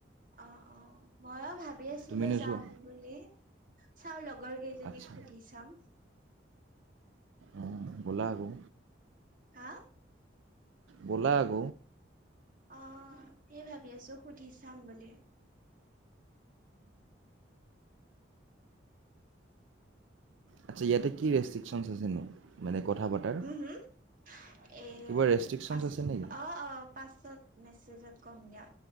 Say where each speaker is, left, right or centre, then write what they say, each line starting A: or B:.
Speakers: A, on the right; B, on the right.
A: অ অ মইঅ ভাত ভাবি আছিলো
B: তুমি নোযোৱা
A: যাম বুলি চও লক লগৰ কেইজনীক
B: আচ্ছা
A: সুধি চাম।
B: অ ব'লা আকৌ,
A: হা
B: বলা‌‌ আক
A: অ সেই ভাবি আছো সুধি চাম বুলি,
B: আচ্ছা ইয়াতে কি ৰেষ্ট্ৰিক্ছন আছেনো মানে, কথা পতাৰ
A: উম হম এ
B: কিবা ৰেষ্ট্ৰিকশ্যনছ
A: পাচ
B: আছে নেকি
A: অ অ পাচত মেছেজত কম দিয়া